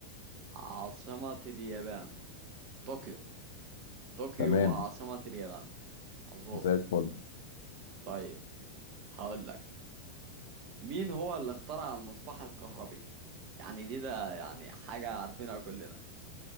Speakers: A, on the right; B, on the left.
A: عاصمة اليابان طوكيو طوكيو
B: تمام
A: عاصمة اليابان مظبوط
B: زي الفل
A: طيب هقول لك مين هو اللي اخترع المصباح الكهربي يعني دي ده يعني حاجة عارفينها كلنا